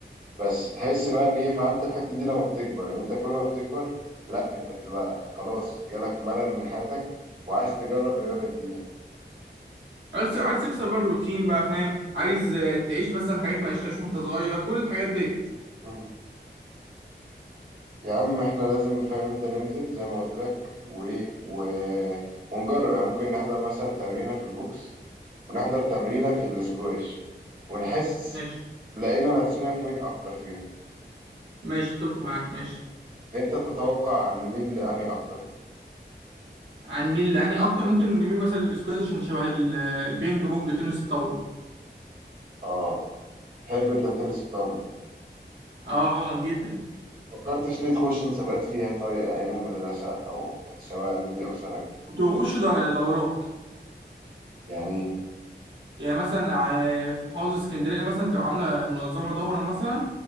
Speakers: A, on the right; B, on the right.
A: بس تحس بقى إن إيه فهمت الحتة دي لما بتكبر يعني أنت كل ما بتكبر لا أنت بتبقى خلاص جالك ملل من حياتك وعايز تجرب رياضة جديدة
B: عايز عايز تكسر بقى الروتين بقى فاهم عايز آه، تعيش مثلا حاجات ما عشتهاش وانت صغير كل الحاجات ديت
A: مم. يا عم احنا لازم فاهم انت ننزل زي ما قلت لك و... و... ونجرب يعني ممكن نحضر مثلا تمرينة في البوكس ونحضر تمرينة في الاسكواش ونحس
B: ماشي
A: لقينا نفسنا في مين أكتر فيهم
B: ماشي اتفق معاك ماشي
A: أنت تتوقع عن مين اللي أنهي أكتر
B: هنميل لاني اكتر ممكن نميل مثلا للسكواش عشان شبه ال- البينج بونج تنس الطاوله
A: آه تحب أنت تنس الطاولة
B: اه جدا
A: فكرتش ليه تخش مسابقات فيها طيب أيام المدرسة أو سواء إعدادي أو ثانوي
B: كنت بخش دو- دورات
A: يعني
B: يعني مثلا ع- في محافظة اسكندرية مثلا تبقى عاملة منظمة دورة مثلا